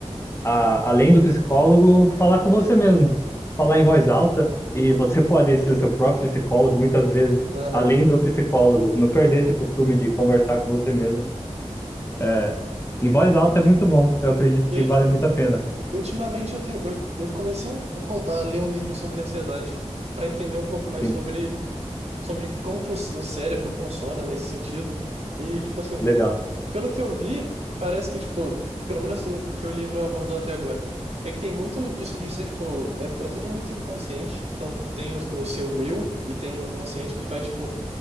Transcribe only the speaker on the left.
a- além do psicólogo, falar com você mesmo, falar
em voz alta, e você <laughs> pode ser seu próprio psicólogo, muitas vezes,
além do psicólogo, não perder esse costume de conversar com você mesmo. É, Em voz alta é muito bom. Eu acredito
que
vale
muito a pena.
Sim,
legal.